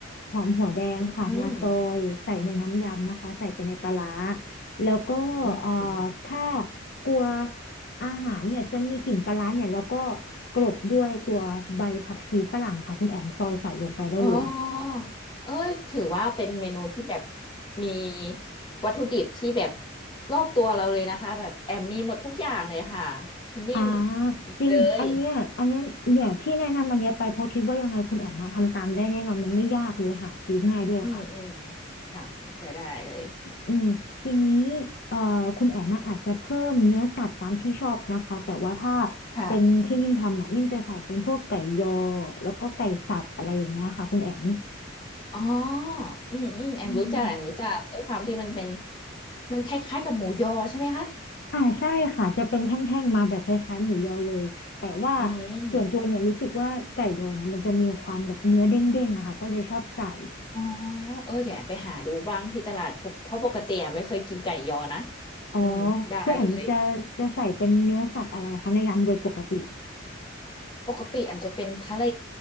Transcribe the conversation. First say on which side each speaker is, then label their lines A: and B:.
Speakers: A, on the left; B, on the left.
A: หอมหัวแดงค่ะมาซอยใส่ในน้ำยำนะคะใส่ไปในปลาร้า
B: อืม
A: แล้วก็เอ่อ
B: อืมอืมอม
A: ถ้ากลัวอาหารเนี่ยจะมีกลิ่นปลาร้าเนี่ยแล้วก็กลบด้วยตัวใบผักชีฝรั่งค่ะคุณแอมซอยใส่ลงไปได้เลย
B: อ๋อเอ้ยถือว่าเป็นเมนูที่แบบมีวัตถุดิบที่แบบรอบตัวเราเลยนะคะแบบแอมมีหมดทุกอย่างเลยค่ะคุณนิ่ม
A: อ่า
B: มีเลย
A: จริงอันเนี้ยอันเนี้ยเนี่ยที่แนะนำอันเนี้ยไปเพราะคิดว่ายังไงคุณแอมมาทำตามได้แน่นอนมันไม่ยากเลยหาซื้อง่ายด้วยค่ะ
B: อืมอืมค่ะเข้าใจได้เลย
A: อืมทีนี้เอ่อคุณแอมมอาจจะเพิ่มเนื้อสัตว์ตามที่ชอบนะคะแต่ว่าถ้า
B: ค่ะ
A: เป็นที่นิ่มทำอ่ะนิ่มจะใส่เป็นพวกไก่ยอแล้วก็ไก่สับอะไรอย่างเงี้ยค่ะคุณแอม
B: อ๋ออืมอืมแอมรู้จักแอมรู้จักด้วยความที่มันเป็น
A: อืม
B: มันคล้ายๆกับหมูยอใช่ไหมคะ
A: อ่าใช่ค่ะจะเป็นแท่งๆมาแบบคล้ายๆหมูยอเลยแต่ว่า
B: อืม
A: ส่วนตัวเนี่ยรู้สึกว่าไก่ยอนะมันจะมีความแบบเนื้อเด้งๆอะค่ะก็เลยชอบใส่
B: อ๋อเออเดี๋ยวแอบไปหาดูบ้างที่ตลาดปกเพราะปกติแอมไม่เคยกินไก่ยอนะ
A: อ๋อ
B: อืมได้เลย
A: คุณแอมจะจะใส่เป็นเนื้อสัตว์อะไรคะในยำโดยปกติ
B: ปกติแอมจะเป็นทะเล